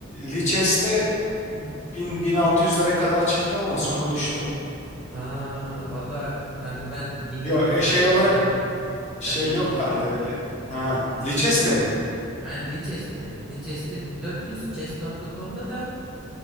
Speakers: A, on the left; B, in the centre.
A: Lichess'te 1000 1600'lere kadar çıktım ama sonra düştüm.
B: Aa vallahi kanka ben 1400'lerde
A: Yo e, şey olarak
B: bir şeyim. Sen
A: şey
B: beni
A: yok
B: geçmişsin.
A: bende öyle. Ha, Lichess'te mi?
B: Aynen Lichess'te. Lichess'te 1400, chess.com'da da